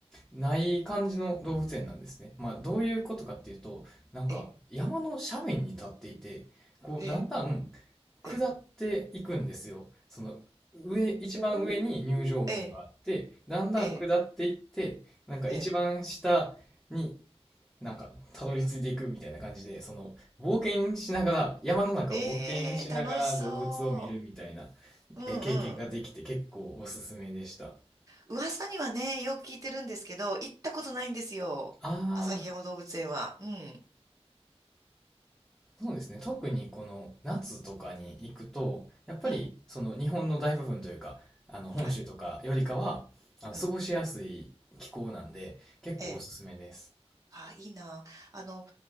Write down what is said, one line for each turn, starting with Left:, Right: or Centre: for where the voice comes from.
Centre: ない感じの動物園なんですね。まあ、どういうことかっていうと、なんか山の斜面に立っていて、
Right: え、
Centre: こう、
Right: ええ、
Centre: だんだん下っていくんですよ。
Right: ええ、ええ
Centre: その、上、一番上に入場門があって、
Right: おー、え、
Centre: だんだん下っていって、
Right: え、え
Centre: なんか一番下に
Right: え、え
Centre: なんかたどり着いていくみたいな感じで、その、冒険しながら、山の中を冒険しながら動物を見るみたいな、
Right: ー、ええ楽しそう。うんうん。
Centre: えー経験ができて結構おすすめでした。
Right: 噂にはね、よく聞いてるんですけど、行ったことないんですよ。
Centre: あ
Right: 旭山動物園は。
Centre: あ。
Right: うん。
Centre: そうですね。特にこの夏とかに行くと、やっぱりその日本の大部分というか、
Right: うん。
Centre: あの本州とかよりかは、
Right: はい。
Centre: あの過ごしやすい気候なんで、
Right: うん。
Centre: 結構おすすめです。
Right: ええ。あ、いいな。あの、